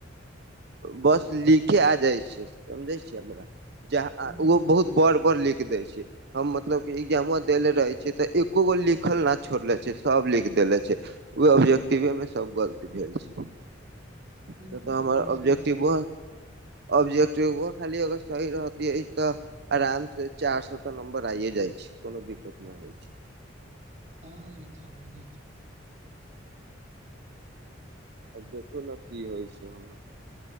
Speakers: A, on the right (about 60°); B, on the right (about 40°).
A: बस लिखे आ जाइ छै समझै छियै हमरा, जहाँ
B: हुं
A: ओ बहुत। बर -बड़ लिख देय छी, हम मतलब की एग्जामो दे ले रहे छी तऽ एक एकोगो लिखल न छोड़ले छि, सब लिख देले छै। ओ ऑब्जेक्टिव मे सब गलती भेल छै। नहि
B: हुं
A: तऽ हमर
B: होइ छै
A: ब्जेक्टिव
B: से
A: ऑब्जेक्टिव खाली अगर सही रहतै तऽ आराम से चारि सए तऽ नम्बर आइए जाइ छै, कोनो दिक्कत नहि होइ छै।
B: हँ, इत होइले छै।
A: आ देखू ने की होइ छै, हम